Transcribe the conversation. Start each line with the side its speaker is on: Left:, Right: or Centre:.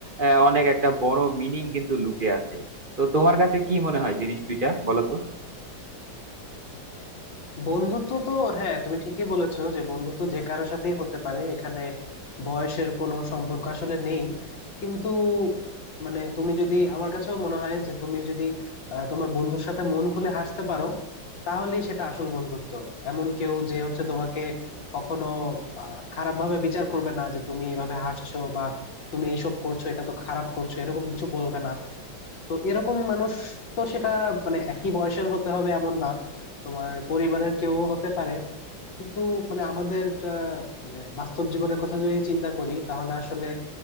Right: আহ, অনেক একটা বড় মিনিং কিন্তু লুকিয়ে আছে তো তোমার কাছে কি মনে হয় জিনিস দুইটা বলো তো
Left: বন্ধুত্ব তো হ্যাঁ তুমি ঠিকই বলেছো যে বন্ধুত্ব যে কারোর সাথেই হতে পারে এখানে বয়সের কোনো সম্পর্ক আসলে নেই কিন্তু মানে তুমি যদি আমার কাছেও মনে হয় যে তুমি যদি আহ, তোমার বন্ধুর সাথে মন খুলে হাসতে পারো তাহলেই সেটা আসল বন্ধুত্ব এমন কেউ যে হচ্ছে তোমাকে কখনো আহ খারাপ ভাবে বিচার করবে না যে তুমি এভাবে হাসছো বা তুমি এসব করছো এটা তো খারাপ করছো এরকম কিছু বলবে না তো এরকম মানুষ তো সেটা মানে একই বয়সের হতে হবে এমন না তোমার পরিবারের কেউ হতে পারে কিন্তু মানে আমাদের আহ, মানে বাস্তব জীবনের কথা যদি চিন্তা করি তাহলে আসলে